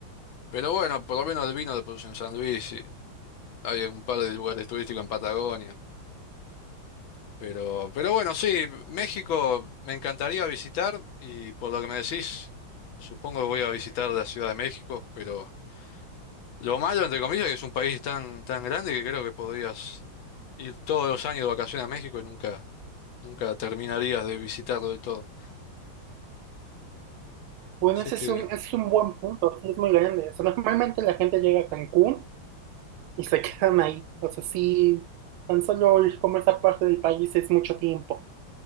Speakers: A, on the left; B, on the right.
A: Pero bueno, por lo menos el vino lo producen en San Luis y hay un par de lugares turísticos en Patagonia. Pero, pero bueno, sí, México me encantaría visitar y por lo que me decís, supongo que voy a visitar la Ciudad de México, pero... Lo malo, entre comillas, que es un país tan, tan grande que creo que podrías ir todos los años de vacaciones a México y nunca, nunca terminarías de visitarlo del todo.
B: Bueno,
A: Así
B: ese
A: que,
B: es un, ese es un buen punto, sí, es muy grande. O sea, normalmente la gente llega a Cancún y se <laughs> quedan ahí. O sea, sí, tan solo ir como esa parte del país es mucho tiempo.